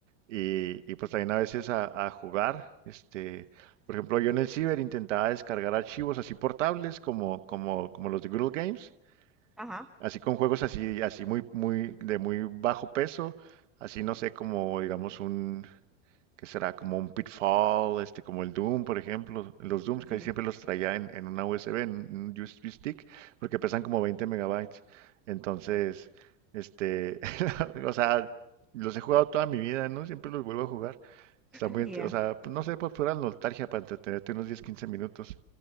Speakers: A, on the right; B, in the centre.
A: Y, y, pues también a veces a, a jugar, este, por ejemplo, yo en el ciber intentaba descargar archivos así portables como, como, como los de Google Games
B: ajá,
A: Así con juegos así, así muy, muy, de muy bajo peso, así no sé, como digamos un, ¿qué será? Como un Pitfall, este, como el Doom, por ejemplo. Los Dooms
B: sí,
A: casi siempre los traía en, en una USB, en un USB stick, porque pesan como 20 megabytes. Entonces, este, <laughs> o sea, los he jugado toda mi vida, ¿no? Siempre los vuelvo a jugar. Está
B: <clears throat>
A: muy,
B: yeah.
A: ent- o sea, pues no sé, pues pura nostalgia para entretenerte unos 10 15 minutos.